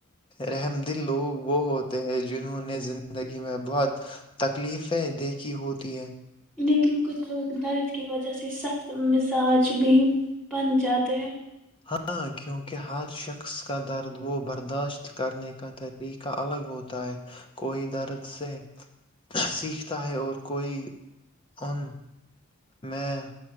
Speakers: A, on the left; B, in the centre.
A: رحم دل لوگ وہ ہوتے ہیں جنہوں نے زندگی میں بہت تکلیفیں دیکھی ہوتی ہے
B: لیکن کچھ لوگ درد کی وجہ سے سخت مزاج بھی بن جاتے ہیں
A: ہاں کیونکہ ہر شخص کا درد وہ برداشت کرنے کا طریقہ الگ ہوتا ہے کوئی درد سے سیکھتا ہے اور کوئی ان میں